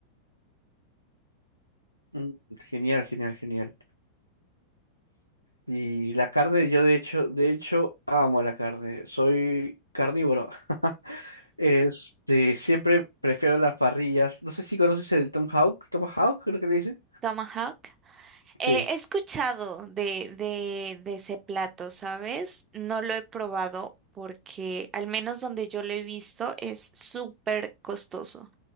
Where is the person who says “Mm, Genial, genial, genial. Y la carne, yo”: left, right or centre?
Right